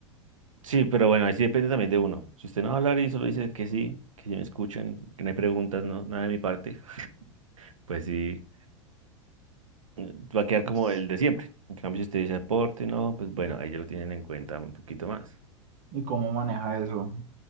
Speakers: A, on the right; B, on the right.
A: Sí, pero bueno, ahí sí depende también de uno. Si usted no va a hablar y solo dice que sí, que sí me escuchan, que no hay preguntas, no, nada de mi parte, <laughs> pues sí, eh, va a quedar
B: Pues,
A: como el de siempre. En cambio, si usted dice aporte, no, pues bueno, ahí ya lo tienen en cuenta un poquito más.
B: ¿y cómo maneja eso